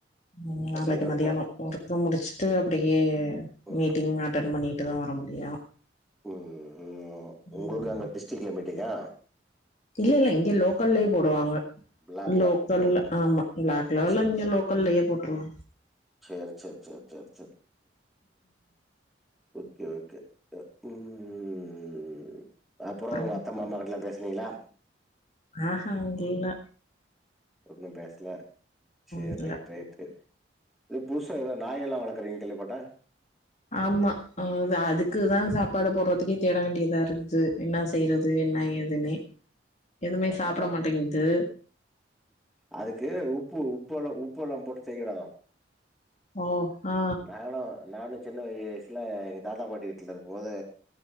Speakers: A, on the left (about 40°); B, in the centre.
A: ம்
B: இப்ப
A: நாளைக்கி
B: சென்ட்ரல்
A: மதியானோ
B: போ
A: ஊரு முடிஷ்ட்டு அப்டியே
B: ம்
A: மீட்டிங் அட்டெண் பண்ணி ட்டு தா வர முடியு
B: உம் ம் உங்களுக்கு
A: ம்
B: அந்த டிஸ்ட்ரிக்ல மீட் டிங்கா
A: இல்ல இல்ல இங்க லோக்கல்லே போடுவாங்க
B: பிளாக்ல
A: லோக்கல்ல
B: ம் ம்
A: ஆமா ப்ளாக் லெவல்ல
B: சேரி
A: இங்க லோக்கல்லயே போட்ருவா
B: சேரி சேரி சேரி சேரி சேரி கே ஓகே அ உம் அப்பறோ
A: அப்புறம்
B: உங்க அத்த மாமா கிட்டுலா பேஸ் வியலா
A: ஆஹா இங்கில்ல
B: இன்னு பேஸ்ல சேர்
A: இல்ல
B: ரைட் ரைட்டு எ புதுசா எதோ நாயெல்லா வளக் கிரீன் கல் போட்டா
A: ஆமா ஆஹ் அது அதுக்குதா சாப்பாடு போறதுக்கே தேட வேண்டியதா இருக்குது என்னா செய்றது என்னா ஏதுனே எதுமே
B: ஆமா
A: சாப்ட மாட்டேங்து
B: அதுக்கு உப்பு உப்பால உப்பெலா போட்டு செய்யடு
A: ஓ ஆ
B: நானோ நானு சின்ன வய்சுல எங்க தாத்தா பாட்டி வீட்ல இருக்குமோது